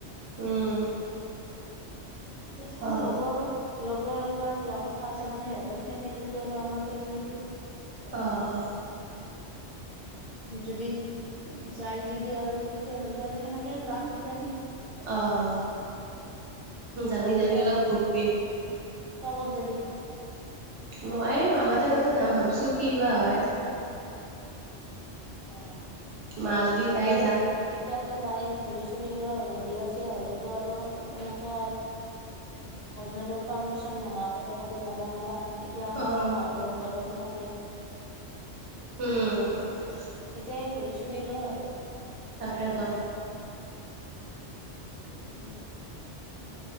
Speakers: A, on the right (about 75°); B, on the right (about 40°).
A: উম।
B: এতিয়া চাও
A: অ',
B: লগৰ- লগৰ এটা যোৱা কথা আছে মানে সিহঁতৰ ফেমিলিটো আৰু আমাৰ ফেমিলিটো।
A: অঁ
B: যদি যাই যদি আৰু তেতিয়াহ'লে আৰু সেনেকে যাম কিজানি।
A: অঁ যাবি
B: বাকী
A: যাবি
B: তই
A: অলপ ঘূৰবি।
B: তই ক'ত যাবি
A: মই মামাসত তাতে যাম ভাবছো কি বা হয়।
B: অঁ
A: মা যদি
B: যাবি
A: যাই
B: আজি
A: যাম।
B: আৰু। এতিয়াতে যায় ঘূৰি চুৰি আৰু বিয়া চিয়া হলেতো আৰু এনেকা আৰু- হাজবেণ্ডৰ পাৰ্মিচন নহোৱা কেতো কতো যাবা নাৰা। এতিয়া আমাৰ
A: অ',
B: মামাহঁতৰ- ঘৰত সেনেকে
A: উম
B: এতিয়াই ঘূৰি- চুৰি ল আৰু
A: তাকেতো
B: উম